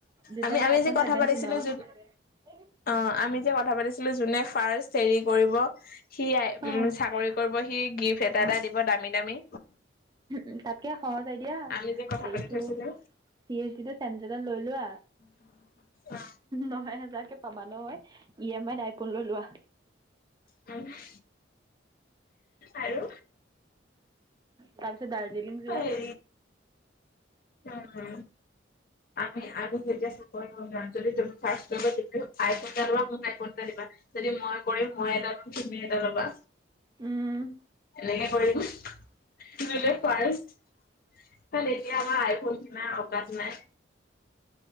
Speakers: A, on the right (about 20°); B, on the left (about 50°).
A: যেতিয়া
B: আমি
A: যে
B: আমি
A: আইফোন
B: কথা
A: ছেভেনটিন
B: পাতিছিলো
A: <unintelligible>
B: যোন অ আমি যে কথা পাতিছ যোনে ফাৰ্ষ্ট হৰি কৰিব সি আই
A: অ
B: উম চাকৰি কৰিব সি গিফট এট দাদা দিব দামী দামী
A: উ তাতকে সহজ আইডিয়া
B: আমি যে কথা
A: এইটো
B: পাতি থৈছিলো
A: পি এইচ ডিটো চেণ্টেলত লৈ লোৱা
B: অ,
A: ন হেজাৰকে পাবা নহয় ই এম আইত আইফোন লৈ লোৱা।
B: <inaudible> আৰু
A: তাৰপিছত দাৰ্জিলিং যোৱা
B: হয় উম আমি আমি যে <unintelligible> তুমি স্বাস্থ্য বা ঠিকেই হল আই ফোন এটা লোৱা মোক আই ফোন এটা দিবা। যদি মই কৰিম মই এটা লম তুমি এটা ল'বা
A: উম
B: এনেকে কৰিব দিলে ফাৰ্ষ্ট কাৰণ এতিয়া আমাৰ আইফোন কিনাই অকাদ নাই।